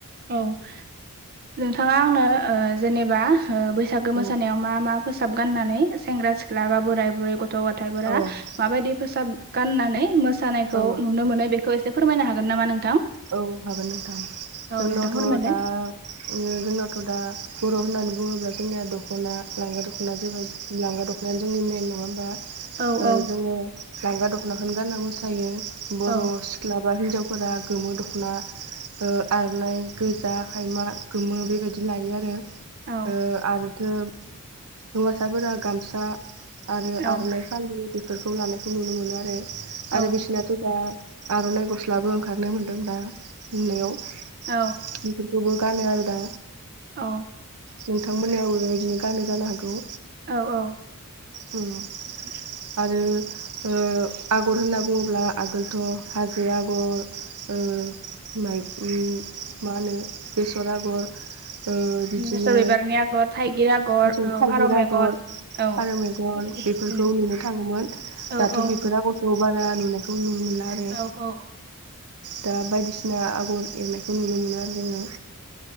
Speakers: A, on the right (about 45°); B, on the right (about 85°).
A: औ। नोंथाङा आंनो ओ जेनेबा ओ बैसागो मोसानायाव
B: औ
A: मा मा फोसाब गाननानै सेंग्रा सिख्ला बा बोराय बुरै ग गथ' गथायफोरा
B: औ
A: माबायदि फोसाब गाननानै मोसानायखौ
B: औ
A: नुनो मोनो बेखौ एसे फोरमायनो हागोन नामा‌ नों?
B: औ हागोन नोंथां जोंनावथ'
A: नोंथां फोरमायलाय
B: दा ओ जोंनावथ' दा होननानै बुङोब्ला जोंनिया दख'ना लांगा दख'ना जेबो लांगा दख'नायानो जोंनि मेन नङा होमबा?
A: औ
B: ओ
A: औ
B: जोङो लांगा दख'नाखोनो गानना मोसायो बर'
A: औ
B: सिख्ला बा हिनजावफोरा गोमो दख'ना ओ आरनाइ गोजा, खायमा, गोमो बेबायदि लायो आरो।
A: औ
B: ओ आरोथो हौवासाफोरा गामसा आरो
A: औ
B: आरनाइ फालि बेफोरखौ लानायखौ नुनो मोनो आरो। आरो
A: औ
B: बिसनाथ' दा आर'नाइ गस्लाबो ओंखारनो मोनदों दा नुनायाव
A: औ
B: बेफो खौबो गानो आरो दा
A: औ।
B: नोंथांमोनाबो बिदिनो गानो जानो हागौ।
A: औ औ।
B: उम।
A: <unintelligible>
B: आरो ओ आग'र होनना बुङोब्ला आगोलथ' हाजो आग'र ओ माइ ओम मा होनो बेसर आग'र ओ बिदिनो
A: बेसर बिबारनि आगर थाइगिर आगर
B: <unintelligible>
A: औ
B: थायगिर
A: फारौ मेगन
B: आग'र
A: औ
B: फारौ मेग गन
A: उम
B: बेफोरखौ नुनो थाङोमोन।
A: औ
B: दाथ'
A: औ
B: बेफोर आग'रखौ बारा नुनायखौ नुनो ला आरो।
A: औ औ
B: दा बायदिसिना आगर एरनायखौ नुनो मोनो आरो जोङो।